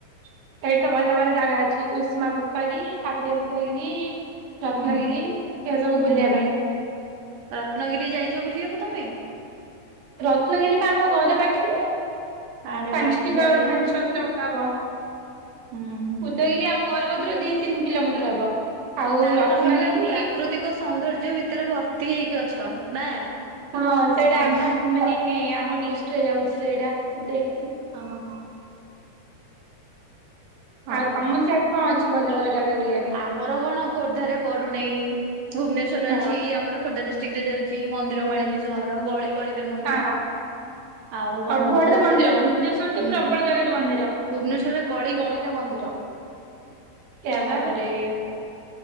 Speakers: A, on the right; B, on the right.
A: ସେଇଠି ତ ଭଲ ଭଲ ଜାଗା ଅଛି କୁଶୁମା ପୋଖରୀ ତାପରେ ଉଦୟଗିରି। ରତ୍ନାଗିରି
B: ହୁଁ
A: ଏହା ସବୁ
B: ହୁଁ
A: ବୁଲିବା ପାଇଁ।
B: ରତ୍ନଗିରି ଯାଇଛ ବୁଲିବାକୁ ତମେ?
A: ରତ୍ନଗିରି ବା ଆମ ଘର ପାଖରେ
B: ଆରେ
A: ପାଞ୍ଚ
B: ବା
A: କିଲୋ
B: ବଢିଆ
A: ପାଞ୍ଚ
B: ଆଉ
A: ଛଅ କିଲୋ ମିଟର ହେବ,।
B: ହୁଁ ହୁଁ।
A: ଉଦୟଗିରି ଆମ ଘରରୁ ଦି ତିନି କିଲୋମିଟର ହବ। ଆଉ
B: ତାହେଲେ
A: ରତ୍ନଗିରି
B: ତମେ ପୁରା ପ୍ରାକୃତିକ ସୌନ୍ଦର୍ଯ୍ୟ ଭିତରେ ଭର୍ତ୍ତି ହେଇକି ଅଛ ନା?
A: ହଁ ସେଇଟା
B: ତମ
A: ଆମ ମାନେ ଆମ ଡିଷ୍ଟରେ ଯାଉଛି ସେଇଟା ଉଦୟଗିରି।
B: ଅହ। ହଁ।
A: ଆଉ ତମ ସିଆଡେ କଣ ଅଛି ଭଲ ଭଲ ଜାଗା ବୁଲିବା ପାଇଁ?
B: ଆମର କଣ ଖୋର୍ଦ୍ଧାରେ ବରୁଣେଇ ଭୁବନେଶ୍ଵରରେ
A: ହଁ
B: ଅଛି ଆମର ଖୋର୍ଦ୍ଧା ଡିସ ଦିଇଟା ଯାଉଛି ମନ୍ଦିର ମାଳିନୀ ସହର ଗଳି ଗଳିରେ ମନ୍ଦିର।
A: ହଁ
B: ଆଉ କଣ
A: ସବୁଆଡେ
B: ବହୁତ
A: ତ ମନ୍ଦିର
B: ସାରା
A: ଭୁବନେଶ୍ୱରରେ ତ
B: ହୁଁ
A: ପ୍ରବଳ ଜାଗାରେ ମନ୍ଦିର।
B: ଭୁବନେଶ୍ଵରରେ ଗଳି ଗଳିରେ ମନ୍ଦିର
A: ସେୟା
B: ତାପରେ
A: ବା।
B: ଏ